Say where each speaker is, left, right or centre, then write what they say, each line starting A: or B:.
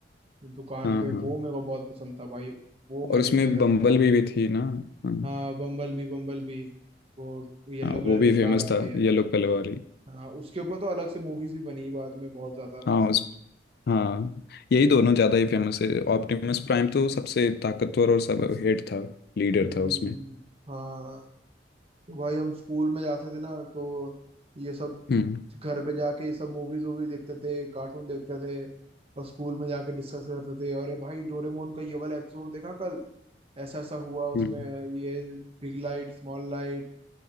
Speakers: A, on the right (about 30°); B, on the left (about 60°).
A: दुकान
B: हाँ
A: पे
B: हाँ
A: वो मेरे को बहुत पसंद था भाई वो मैंने
B: और उसमें
A: खरीदा
B: बम्बल
A: था
B: भी, भी थी ना हाँ
A: हाँ बम्बल बी बम्बल बी वो येलो
B: हाँ
A: कलर
B: वो भी
A: की
B: फेमस
A: कार होती
B: था
A: है
B: येलो कलर वाली
A: हाँ उसके ऊपर तो अलग से मूवीज भी बनी बाद में बहुत ज्यादा
B: हाँ उस हाँ यही दोनों ज़्यादा ही फेमस है ऑप्टिमस प्राइम तो सबसे ताकतवर और सब हेड था लीडर
A: हम्म
B: था उसमें
A: हाँ तो भाई हम स्कूल में जाते थे ना तो ये सब
B: हम्म
A: घर पे जाके ये सब मूवीज वूवीज देखते थे कार्टून देखते थे और स्कूल में जाके डिस्कस करते थे अरे भाई डोरेमोन का ये वाला एपिसोड देखा कल ऐसा ऐसा हुआ उसमें
B: हम्म
A: ये बिग लाइट स्मॉल लाइट